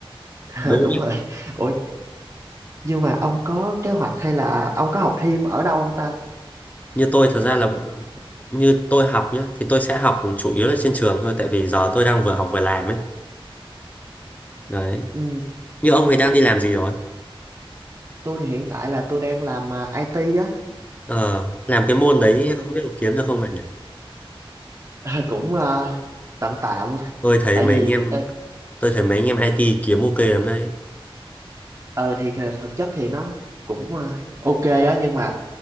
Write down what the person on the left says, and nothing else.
đúng
như tôi thật ra là như tôi học nhá thì tôi sẽ học chủ yếu là trên trường thôi tại vì giờ tôi đang vừa học vừa làm ấy đấy
như ông thì đang đi làm gì rồi
ờ làm cái môn đấy
không biết có kiếm được không vậy nhỉ
tôi thấy
mấy
anh em
tôi thấy mấy anh em IT kiếm ok lắm đấy